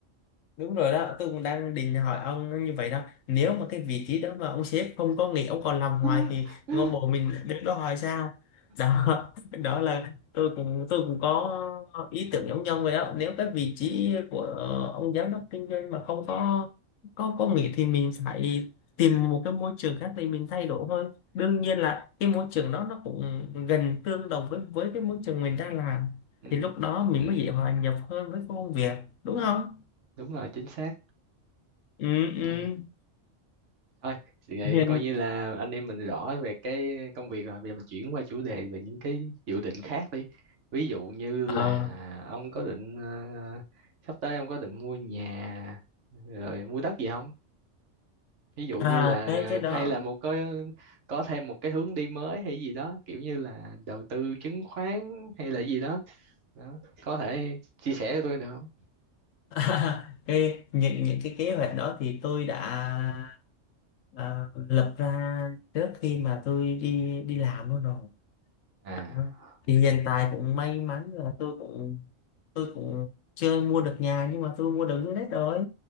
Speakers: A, on the left; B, on the right.
A: đúng rồi đó tôi cũng đang định hỏi ông như vậy đó nếu mà cái vị trí đó mà ông sếp không có nghỉ ông còn làm hoài
B: <laughs>
A: thì ngôi mộ mình đứng đó hoài sao đó
B: ừ,
A: <laughs> đó là tôi cũng tôi cũng có ý tưởng giống nhau vậy đó nếu cái vị trí của ờ, ông giám đốc kinh doanh mà không có có có nghỉ thì mình phải tìm một cái môi trường khác để mình thay đổi thôi đương nhiên là cái môi trường đó nó cũng gần tương đồng với với cái môi trường mình đang làm
B: ừ,
A: thì lúc đó mình mới dễ hòa nhập hơn với công việc đúng không
B: đúng rồi chính xác
A: ừ, ừ.
B: ừ. thôi thì vậy
A: Hiền
B: coi như là anh em mình rõ về cái công việc rồi bây giờ mình chuyển qua chủ đề về những cái dự định khác đi ví dụ như
A: Ờ,
B: là ông có định ờ, sắp tới ông có định mua nhà rồi mua đất gì không ví dụ
A: à,
B: như là
A: cái cái đó
B: hay là một cái có thêm một cái hướng đi mới hay gì đó kiểu như là đầu tư chứng khoán hay là gì đó, đó. có thể chia sẻ cho tôi được không
A: <laughs> cái những những cái kế hoạch đó thì tôi đã à, lập ra trước khi mà tôi đi đi làm luôn rồi
B: à
A: Đó. thì hiện tại cũng may mắn là tôi cũng tôi cũng chưa mua được nhà nhưng mà tôi mua được dưới đất rồi